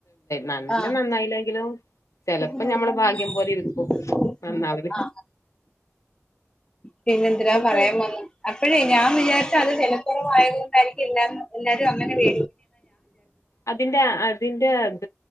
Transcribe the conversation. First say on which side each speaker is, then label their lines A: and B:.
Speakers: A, on the left; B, on the left.
A: നല്ല
B: ആ
A: നന്നായില്ലെങ്കിലും ചെലപ്പോ
B: <unintelligible>
A: ഞമ്മളെ ഭാഗ്യം പോലെ ഇരിക്കും നന്നാവല്
B: ആ പിന്നെന്രാാ
A: എന്നിട്ട്
B: പറയാൻ വന്നു അപ്പഴേ ഞാൻ വിചാരി അത് ജനപ്രറമായവർക്കായിരിക്കും എല്ലാരും എല്ലാരും അങ്ങനെേട
A: അതിറെ അതിന്റെ അത്